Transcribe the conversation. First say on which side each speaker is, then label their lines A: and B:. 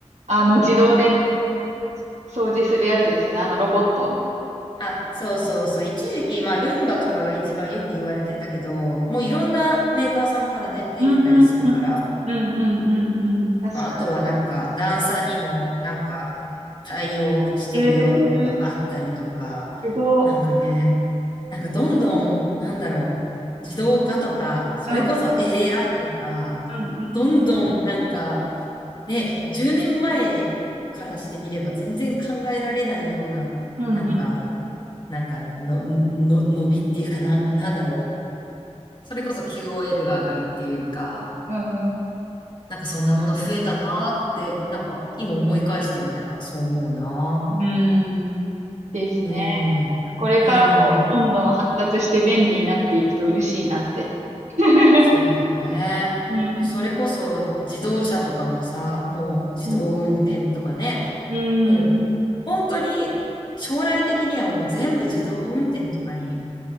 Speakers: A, on the right; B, on the left.
A: あの、自動で掃除するやつですね。あのロボット。
B: あ、そうそうそう。一時期、まあ、ルンバとかが一番よく言われてたけど、もういろんなメーカーさんからね、出てたりするから、
A: うん、うん、うん、うん、うんうん。確か
B: まあ、あとはなんか段差にもなんか対応してるようなのがあったりとか、
A: に。えー、すごい。
B: なんかね、なんかどんどん、なんだろう、自動化とか、それこそ
A: うん、
B: AI とか、
A: うん、
B: どんどんなんかね、10年前からしてみれば全然考えられないような、
A: うん、うん、
B: なんか、
A: うん、
B: なんかの、の、の伸びっていうかなん、なんだろう。それこそ QOL が上がるっていうか、
A: うん。
B: なんかそんなもの増えたなーって、なんか今思い返してみたらそう思うな。
A: うんですね。
B: うん。
A: なんかこれからもどんどん発達して便利になっていくと嬉しいなって。
B: うん。
A: <laughs>
B: そうだね。
A: うん、
B: もうそれこそ自動車とかもさ、もう自動運転とかね、
A: うん、うん、
B: もう本当に将来的にはもう全部自動運転とかに